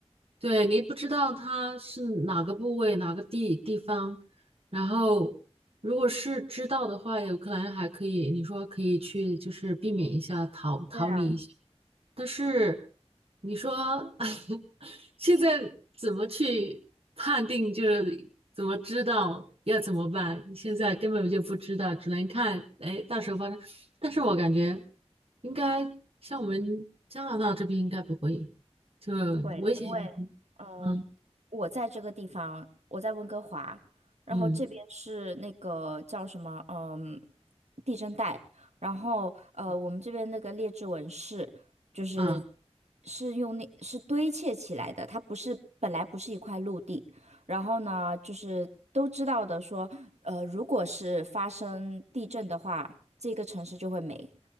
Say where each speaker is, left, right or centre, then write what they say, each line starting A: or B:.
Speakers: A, on the right; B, on the right.
A: 对，你不知道它是哪个部位、哪个地地方，然后如果是知道的话，有可能还可以，你说可以去就是避免一下，逃逃离一下。
B: 对啊。
A: 但是你说 <laughs> 现在怎么去判定，就是怎么知道要怎么办？现在根本就不知道，只能看，哎，到时候发生。但是我感觉应该像我们加拿大这边应该不会，就危险
B: 会，因为呃，
A: 嗯
B: 我在这个地方，我在温哥华，然后这边是那个叫什么，
A: 嗯
B: 嗯，地震带，然后呃，我们这边那个列治文市就是
A: 嗯啊
B: 是用那是堆砌起来的，它不是本来不是一块陆地，然后呢，就是都知道的说，呃，如果是发生地震的话，这个城市就会没。